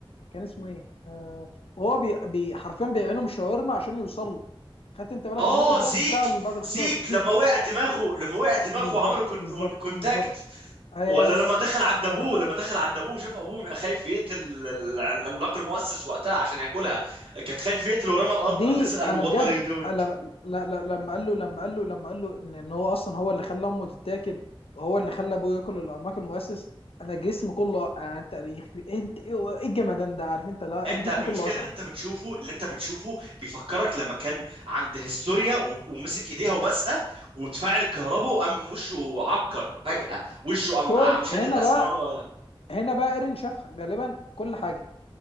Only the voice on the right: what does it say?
اه
زيك
زيك
لما وقع دماغه لما وقع دماغه
وعملوا كون
ون- كونتاكت
ولا لما دخل عند
ابوه
لما دخل عند ابوه شاف ابوه خايف يقتل ال- ال- العملاق المؤسس وقتها عشان ياكلها كان خايف يقتل ورمى الارض
قام نزل قال
له وات
ار يو دوينج
انت
المشكله
ان انت بتشوفه اللي انت بتشوفه بيفكرك لما كان عند هيستوريا و- ومسك ايديها وبسها وتفاعل الكهرباء وقام وشه عكر فجاه وشه قام
قام شدد
اسنانه